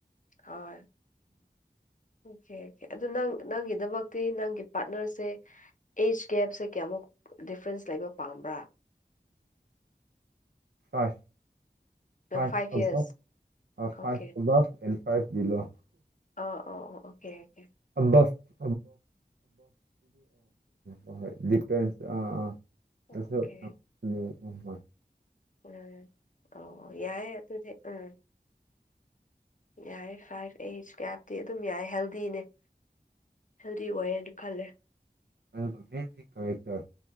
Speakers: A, on the left; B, on the right.
A: ꯑ ꯍꯣꯏ ꯑꯣꯀꯦ ꯑꯣꯀꯦ ꯑꯗꯨ ꯅꯪ ꯅꯪꯒꯤꯗꯃꯛꯇꯤ ꯅꯪꯒꯤ ꯄꯥꯔꯠꯅꯔꯁꯦ ꯑꯦꯖ ꯒꯦꯞꯁꯦ ꯀꯌꯥꯃꯨꯛ ꯗꯤꯐ꯭ꯔꯦꯟꯁ ꯂꯩꯕ ꯄꯥꯝꯕ꯭ꯔꯥ
B: ꯐ five
A: five years okay
B: five <unintelligible> ꯑꯦꯟꯐ꯭ꯔꯥꯏꯁꯂꯣ <inaudible>
A: ꯑꯣ ꯑꯣ ꯑꯣ ꯑꯣꯀꯦ ꯑꯣꯀꯦ
B: <unintelligible> ꯍꯣꯏ ꯍꯣꯏ ꯂꯤꯗꯤꯄꯦꯟꯁ ꯑꯥ
A: ꯑꯣꯀꯦ
B: ꯑ ꯍꯣꯏ
A: ꯎꯝ ꯑꯣ ꯌꯥꯏ ꯑꯗꯨꯗꯤ ꯎꯝ ꯌꯥꯏ ꯐꯥꯏꯚ ꯑꯩꯖ ꯀꯥꯏꯞꯇꯤ ꯑꯗꯨꯝ ꯌꯥꯏ ꯍꯦꯜꯗꯤꯅꯦ ꯍꯦꯜꯗꯤ ꯑꯣꯏꯌꯦꯅ ꯈꯜꯂꯦ
B: ꯑꯗꯨꯒ ꯃꯦꯟꯒꯤ ꯀꯦꯔꯦꯛꯇꯔ